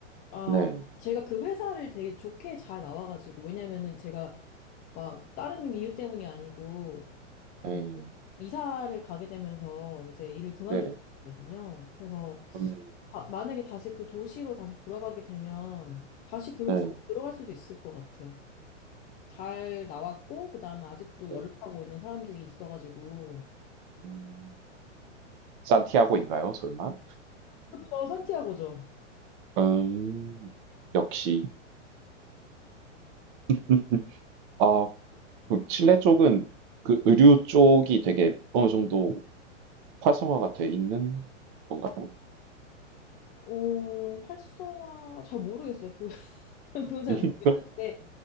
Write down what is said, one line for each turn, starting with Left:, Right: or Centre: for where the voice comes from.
Left: 아,
Right: 네,
Left: 제가 그 회사를 되게 좋게 잘 나와가지고, 왜냐면은 제가 막 다른 이유 때문이 아니고 그
Right: 네,
Left: 이사를 가게 되면서 이제 일을 그만두게
Right: 네네,
Left: 되거든요. 그래서
Right: 음,
Left: 다- 만약에 다시 그 도시로 다시 돌아가게 되면 다시 그
Right: 네,
Left: 회사로 들어갈 수도 있을 것 같아요. 잘 나왔고 그다음에 아직도
Right: 네,
Left: 연락하고 있는 사람들이 있어가지고
Right: 음, 산티아고인가요? 설마?
Left: 그렇죠 산티아고죠.
Right: 음, 역시. <laughs> 아, 그 칠레 쪽은 그 의류 쪽이 되게 어느 정도 활성화가 돼 있는 건가요?
Left: 어 활성화 잘 모르겠어요. 그 <laughs> 그건 잘
Right: <laughs>
Left: 모르겠는데